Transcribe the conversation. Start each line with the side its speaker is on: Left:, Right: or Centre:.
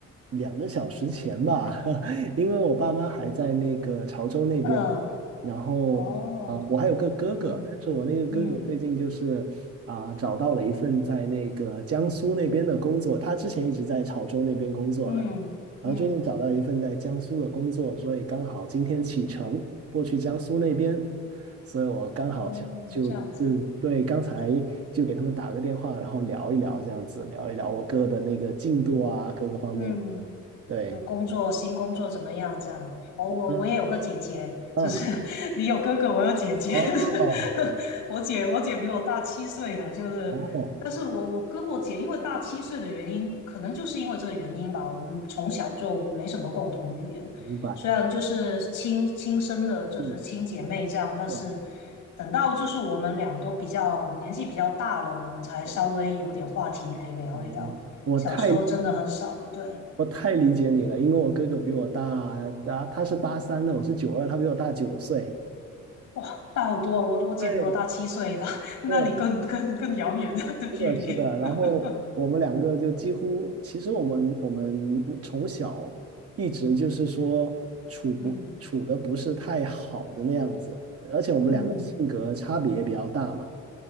Right: 两个小时前吧，<laughs> 因为我爸妈还在那个潮州那边，
Left: 嗯，
Right: 然后啊、
Left: 哦，
Right: 我还有个哥哥，
Left: 嗯
Right: 但是我那个哥哥最近就是啊、
Left: 嗯
Right: 找到了一份在那个江苏那边的工作，他之前一直在潮州那边工作的，
Left: 嗯嗯，
Right: 然后最近找到一份在江苏的工作，所以刚好今天启程过去江苏那边。所以我刚好想就就对刚才就给他们打个电话，
Left: 哦，这样子，
Right: 然后聊一聊这样子，聊一聊我哥的那个进度啊，各个方面。
Left: 嗯。
Right: 嗯，对，
Left: 就工作，新工作怎么样？这样，我我我也有个姐姐，
Right: 嗯嗯，
Left: 就是 <laughs> 你有哥哥，我有姐姐，
Right: 哦
Left: <laughs> 我姐我姐比我大七岁的，就是，
Right: 哦，
Left: 但是我我跟我姐因为大七岁的原因，可能就是因为这个原因吧，我们从小就没什么共同语言，
Right: 明白，
Left: 虽然就是亲亲生的，就是亲姐妹这样，
Right: 嗯，
Left: 但是
Right: 对
Left: 等到就是我们俩都比较年纪比较大了，我们才稍微有点话题可以聊一聊，
Right: 对，哦，我太
Left: 小时候真的很少，对。
Right: 我太理解你了，因为我哥哥比我大，啊他是八三的，我是九二，他比我大九岁。
Left: 哇，大好多哦我我姐比我大七岁的，
Right: 对
Left: <laughs> 那你更更更遥远了的距离。
Right: 对，是的，是的。
Left: <laughs>
Right: 然后我们两个就几乎，其实我们我们从小一直就是说处不处的不是太好的那样子，
Left: 嗯
Right: 而且我们两个性格差别也比较大嘛。
Left: 嗯，